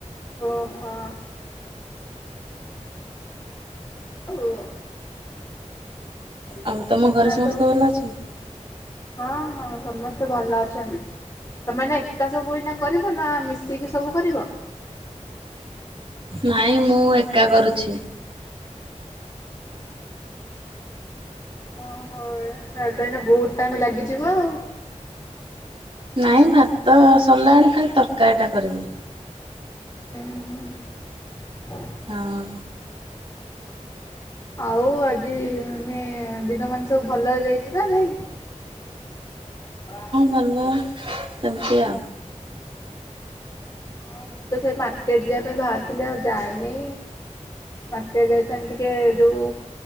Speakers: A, on the left; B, on the right.
A: ଓହୋ। ଉଁ।
B: ଆଉ ତମ ଘରେ
A: ନା
B: ସମସ୍ତେ
A: ସବୁ
B: ଭଲ ଅଛନ୍ତି?
A: ହଁ, ହଁ, ସମସ୍ତେ ଭଲ ଅଛନ୍ତି। ତମେ ଏଇନା ଏକା ସବୁ ଏଇନା କରିବ ନା, ମିଶିକି ସବୁ କରିବ?
B: ନାଇଁ, ମୁଁ ଏକା କରୁଛି।
A: ଓହୋ, ଏକା ତାହେଲେ ତ ଏଇନା ବହୁତ ଟାଇମ ଲାଗିଯିବ ଆଉ।
B: ନାଇଁ, ଭାତ ସରିଲାଣି, ଖାଲି ତରକାରୀଟା କରିବି।
A: ଉଁ ହୁଁ।
B: ହଁ।
A: ଆଉ ଆଜି, ମାନେ ଦିନ ମାନ, ସବୁ ଭଲରେ ଯାଇଛି ନା ନାହିଁ? <inaudible>
B: <unintelligible> ସେମିତି ଆଉ।
A: ହଁ, ମୁଁ ତ ସେଇ ମାର୍କେଟ ଯିବା ପାଇଁ ବାହାରିଥିଲି, ଆଉ ଯାଇନି। ମାର୍କେଟ ଯାଇଥାନ୍ତି ଟିକେ ଯୋଉ